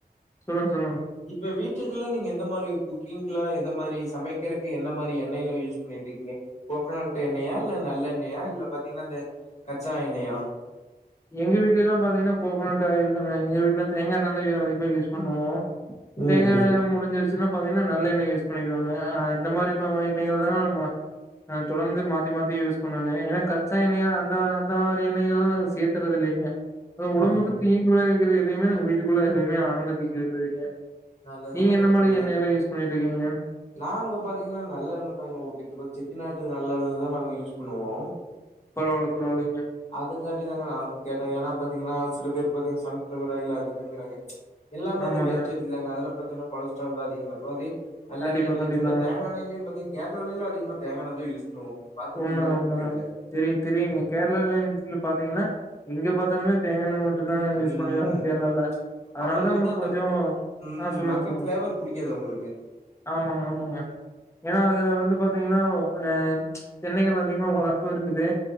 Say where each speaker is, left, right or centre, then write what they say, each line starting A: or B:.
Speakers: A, on the left (about 15°); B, on the left (about 40°).
A: சொல்லுங்க சொல்லுங்க
B: இப்ப வீட்டுக்குல்லா நீங்க எந்த மாரி குக்கிங்க்லா எத மாரி சமைக்கிறக்கு என்ன மாரி எண்ணெயில யூஸ் பண்ணிட்ருக்கீங்க கோக்னட் எண்ணெயா இல்ல நல்லெண்ணெயா இல்ல பாத்தீங்னா இந்த கச்சா எண்ணெயா
A: எங்க வீட்லலா பாத்தீங்னா கோகோனட் ஆயில் தாங்க எங்க வீட்ல தேங்க எண்ணெதா அ அதிகமா யூஸ் பண்ணுவோ
B: ம்
A: தேங்கா
B: ம்
A: எண்ணெ முடிஞ்சிருச் சினா பாத்தீங்னா நல்லெண்ணெய் யூஸ் பண்ணிகிவாங்க இந்த மாரி ம ம எண்ணெய்கள் தாங்க நம்ம தொடர்ந்து மாத்தி மாத்தி யூஸ் பண்ணுவங்க ஏனா கச்சா எண்ணெய அந்த அந்த மாரி எண்ணெகள்லா நாங்க சேத் றது இல்லீங்க உடம்புக்கு
B: ம் ம்
A: தீங்கு விளவிக்கிறது எதயுமே நாங்க வீட்டுக்குள்ள எதுமே அனுமதிக்கிறதீங்க
B: நல்லது
A: நீங்க
B: நல்லது
A: என்ன மாரி
B: நீங்க
A: எண்ணெய எல்லா யூஸ் பண்ணிட்டுருக்கீங்க
B: நாங்க பாத்தீங்னா நல்லெண்ண தாங்க ஊத்திட்டுருக்கு செக்கு நாட்டு நல்லெண்ணதா நாங்க யூஸ் பண்ணுவோ
A: பரவால்ல பரவால்லங்க
B: அதுங்காட்டி தாங்க நானு கேட்டே ஏனா பாத்தீங்னா சில பேரு பாத்தீங்க சன்ஃபிளவராயில் அது இதுங்றாங்க எல்லாமே
A: ஆமாங்க
B: அது வேஸ்டேஜ் தாங்க அதுல பத்தீனா கொலஸ்ட்ரால் தா அதிகமா இருக்கு அதே நல்லெண்ண
A: கண்டிப்பா
B: நீங்க
A: கண்டிப்பாங்க
B: சொன்ன தேங்கா எண்ணெலயு பாத்தீங்க கேரளாலல்லா அதிகமா தேங்கா எண்ணெதா யூஸ் பண்ணுவாங்க பாத்திருப்பீங்களா
A: உண்மதா உண்மதா
B: தெர்ல
A: தெரிய தெரியுங்க கேரளா பாத்தீங்கனா எங்க பாத்தாலுமே தேங்கா எண்ணெ மட்டுதாங்க
B: ம்
A: யூஸ் பண்ணுவாங்க கேரளால அதனாலதா
B: அவங்களுக்கு
A: அவுங்களுக்கு
B: வந்து அந்த
A: கொஞ்சோ
B: ம்
A: ஆ சொல்லுங்க
B: மத்த
A: சொல்லுங்க
B: ஃபிளேவர் புடிக்காது அவங்களுக்கு
A: ஆமாங்க ஆமாங்க ஏனா அதுல வந்து பாத்தீங்னா வெம் தென்னைகள் அதிகமா வளர்ப்பு இருக்குது